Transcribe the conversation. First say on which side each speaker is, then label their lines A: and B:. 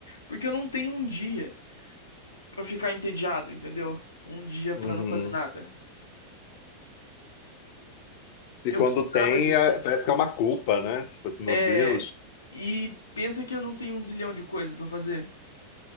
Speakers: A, on the left; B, on the left.
A: Porque eu não tenho um dia pra ficar entediado, entendeu? Um dia
B: Uhum.
A: pra não fazer nada.
B: E
A: Eu
B: quando
A: precisava
B: tem,
A: disso.
B: é- parece que é uma culpa, né? Tipo assim, meu
A: É,
B: Deus.
A: e pensa que eu não tenho um zilhão de coisas pra fazer,